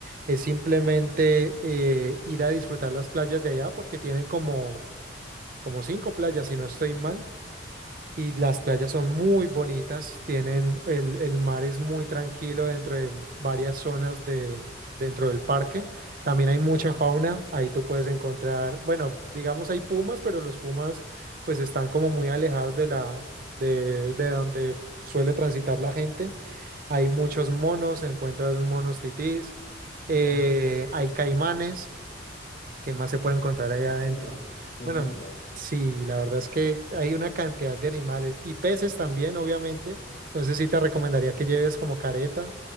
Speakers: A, on the right; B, on the left.
A: es simplemente eh, ir a disfrutar las playas de allá porque tienen como, como cinco playas, si no estoy mal y las playas son muy bonitas, tienen, el, el mar es muy tranquilo dentro de varias zonas de, dentro del parque. También hay mucha
B: ajá,
A: fauna, ahí tú puedes encontrar, bueno, digamos hay pumas, pero los pumas pues están como muy alejados de la, de, de donde suele transitar la gente. Hay muchos monos, encuentras monos titís, eh,
B: ajá.
A: hay caimanes. ¿Qué más se puede encontrar allá adentro?
B: Uy, qué
A: Bueno,
B: lindo.
A: sí, la verdad es que hay una cantidad de animales y peces también, obviamente. Entonces sí te recomendaría que lleves como careta